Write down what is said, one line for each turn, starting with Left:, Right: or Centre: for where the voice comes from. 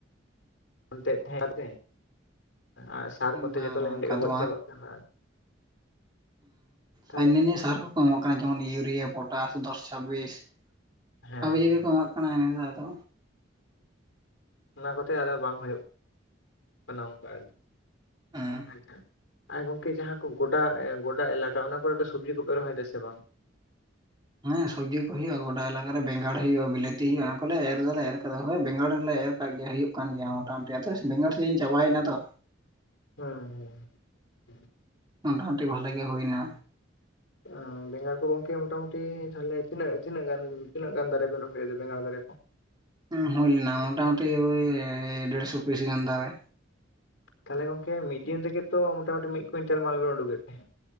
Left: ᱚᱱᱛᱮ ᱛᱟᱦᱮᱸ ᱠᱟᱛᱮᱸ ᱟᱨ ᱥᱟᱨ ᱠᱚᱛᱮ
Right: ᱵᱟᱝ
Left: ᱡᱚᱛᱚ ᱞᱮᱰᱮᱫ
Right: ᱵᱟᱝ ᱚᱱᱠᱟ
Left: ᱠᱚ ᱜᱚᱡ
Right: ᱫᱚ
Left: ᱪᱟᱵᱟᱜ ᱠᱟᱱᱟ᱾ ᱛᱟᱦᱚᱞᱮ
Right: ᱦᱚᱸ ᱦᱤᱱᱟᱹ ᱱᱤᱭᱟ. ᱥᱟᱨ ᱠᱚᱠᱚ ᱮᱢᱚᱜ ᱠᱟᱱᱟ᱾ ᱡᱮᱢᱚᱱ ᱤᱭᱩᱨᱤᱭᱟᱹ, ᱯᱚᱴᱟᱥ, ᱫᱚᱥ ᱪᱷᱟᱵᱵᱤᱥ <unintelligible>
Left: ᱦᱮᱸ
Right: ᱠᱚ ᱮᱢᱟᱜ ᱠᱟᱱᱟ ᱫᱚ ᱟᱫᱚᱼᱼ
Left: ᱚᱱᱟ ᱠᱚᱛᱮ ᱟᱫᱚ ᱵᱟᱝ ᱦᱩᱭᱩᱜ ᱠᱟᱱᱟ ᱚᱱᱠᱟ ᱟᱨᱠᱤ᱾
Right: ᱦᱮᱸ
Left: ᱟᱪᱪᱷᱟ᱾ ᱟᱨ ᱜᱚᱝᱠᱮ ᱡᱟᱦᱟᱸ ᱠᱚ ᱜᱚᱰᱟ ᱜᱚᱰᱟ ᱮᱞᱟᱠᱟ ᱚᱱᱟ ᱠᱚᱨᱮ ᱫᱚ ᱥᱚᱵᱡᱤ ᱠᱚᱯᱮ ᱨᱚᱦᱚᱭ ᱫᱟ ᱥᱮ ᱵᱟᱝ?
Right: ᱦᱮᱸ ᱥᱚᱵᱡᱤ ᱠᱚ ᱦᱩᱭᱩᱜ-ᱟ᱾ ᱜᱚᱰᱟ ᱮᱞᱟᱠᱟ ᱵᱮᱜᱟᱲ ᱦᱩᱭᱩᱜᱼᱟ, ᱵᱤᱞᱟᱹᱛᱤ ᱦᱩᱭᱩᱜᱼᱟ ᱚᱱᱟ ᱠᱚᱞᱮ ᱮᱨ ᱫᱚᱞᱮ ᱮᱨ ᱟᱠᱟᱫᱟ ᱱᱚᱸᱜ-ᱚᱭ ᱵᱮᱜᱟᱲ ᱞᱮ ᱮᱨᱼᱼᱼ ᱠᱟᱜ ᱜᱮᱭᱟ ᱦᱩᱭᱩᱜ ᱠᱟᱱ ᱜᱮᱭᱟ ᱢᱚᱴᱟᱢᱩᱴᱤ ᱟᱫᱚ ᱵᱮᱜᱟᱲ ᱥᱤᱡᱤᱱ ᱪᱟᱵᱟᱭᱮᱱᱟ ᱛᱚ᱾
Left: ᱦᱩᱸ ᱦᱩᱸ ᱦᱩᱸ᱾
Right: ᱢᱳᱚᱴᱟᱢᱩᱴᱤ ᱵᱷᱟᱞᱮ ᱜᱮ ᱦᱩᱭᱱᱟ᱾
Left: <unintelligible> ᱵᱮᱸᱜᱟᱲ ᱠᱚ ᱜᱚᱝᱠᱮ ᱢᱚᱴᱟᱢᱩᱴᱤᱟ ᱛᱟᱦᱚᱞᱮ ᱛᱤᱱᱟᱹᱜ ᱛᱤᱱᱟᱹᱜ ᱜᱟᱱ ᱛᱤᱱᱟᱹᱜ ᱜᱟᱱ ᱫᱟᱨᱮᱹ ᱵᱮᱱ ᱨᱚᱦᱚᱭᱮᱫᱟ ᱵᱮᱸᱜᱟᱲ ᱫᱟᱨᱮᱹ ᱠᱚ?
Right: ᱩᱸ ᱦᱩᱭᱞᱮᱱᱟ ᱢᱳᱚᱴᱟᱢᱩᱴᱤ ᱳᱭ ᱰᱮᱲᱥᱚ ᱯᱤᱥ ᱜᱟᱱ ᱫᱟᱨᱮᱹ᱾
Left: ᱛᱟᱦᱚᱞᱮ ᱜᱚᱝᱠᱮ ᱢᱤᱫ ᱫᱤᱱ ᱛᱮᱜᱮ ᱛᱚ ᱢᱚᱴᱟᱢᱩᱴᱤ ᱢᱤᱫ ᱠᱩᱭᱤᱱᱴᱟᱞ ᱢᱟᱞ ᱵᱮᱱ ᱩᱰᱩᱠ ᱮᱫ ᱛᱟᱸᱦᱮᱫ᱾